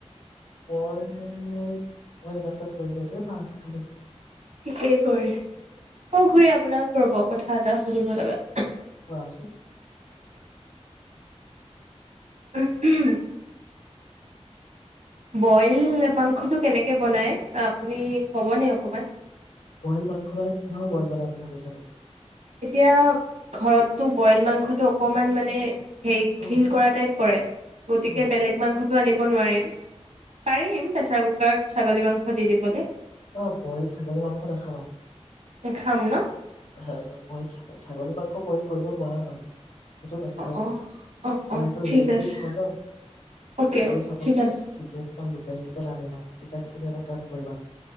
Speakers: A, on the left; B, on the right.
A: মই, মই এইমাত্ৰ কৰিলো দেই ভাত খালো।
B: ঠিকেই কৰিলে, অ' খুৰী আপোনাক ৰ'ব কথা এটা সুধিব লগা
A: কোৱাচোন
B: উম' উম' বইল মাংসটো কেনেকে বনাই আপুনি ক'বনে অকণমান।
A: বইল মাংস মানে, কিহৰ বইল বনাম বুলি ভাবিছা তুমি?
B: এতিয়া ঘৰটো বইল মাংসটো অকণমান মানে হেৰি
A: অ
B: ঘিণ কৰা টাইপ কৰে, গতিকে
A: অ
B: বেলেগ মাংসটো আনিব অ' নোৱাৰিম। পাৰিম প্ৰেছাৰ কুকা কুকাৰত ছাগলী মাংস দি দিবলে
A: অ' বইল ছাগলী মাংস নাখাবা
B: নেখাম ন
A: হা হা বইল ছাগ ছাগলী মাংস বইল কৰিব নোৱাৰা মানে সেইটো নাখায়,
B: অ অ অ
A: কাৰণ এইটো
B: ঠিক
A: ৰেডমিত
B: আছে
A: হয় ন
B: অ'কে
A: তুমি
B: অ'কে
A: চাপ'জ
B: ঠিক আছে
A: চিকেন বা লোকেল চিকেন আনিলা, ঠিক আছে তুমি এটা কাম কৰিবা